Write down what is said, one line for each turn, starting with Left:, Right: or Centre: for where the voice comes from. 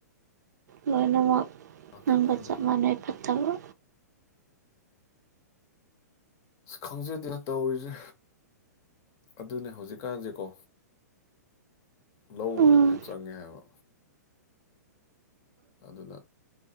Right: ꯂꯣꯏꯅꯃꯛ
Left: ꯂꯥꯛꯇ꯭ꯔꯤ
Right: ꯅꯪꯒ
Left: ꯃꯥꯜꯂꯦ
Right: ꯆ ꯃꯅ ꯀꯠꯇꯕ
Left: ꯈꯪꯖꯗꯦ ꯇꯧꯔꯤꯁꯦ ꯑꯗꯨꯅꯦ ꯍꯧꯖꯤꯛꯀꯥꯟꯁꯦꯀꯣ ꯂ ꯎꯧꯕꯁꯦꯁꯨ
Right: ꯎꯝ
Left: ꯌꯥꯝ ꯆꯪꯉꯦ ꯍꯥꯏꯕ ꯑꯗꯨꯅ